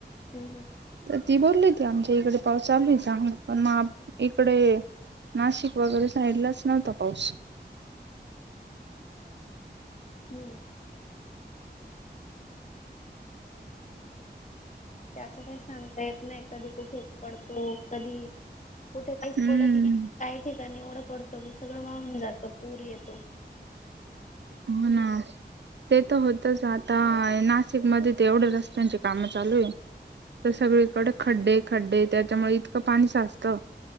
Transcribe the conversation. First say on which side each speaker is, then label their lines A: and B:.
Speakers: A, on the left (about 45°); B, on the right (about 80°).
A: हम्म हम्म
B: तर ती बोलली ते आमच्या इकडे पाऊस चालू आहे चांग हां पण मग इकडे नाशिक वगैरे साईडलाच नव्हता पाऊस
A: हम्म त्याच काही सांगता येत नाही कधी कुठे पडतो कधी कुठे काहीच
B: हम्म
A: पडत नाही काही एवढं पडतो की सगळं वाहून जात पूर येतो
B: हो ना ते तर होतच आता नाशिक मध्ये ते एवढ्या रस्त्यांची कामं चालू आहे तर सगळीकडे खड्डे, खड्डे त्याच्यामुळे इतकं पाणी साचतं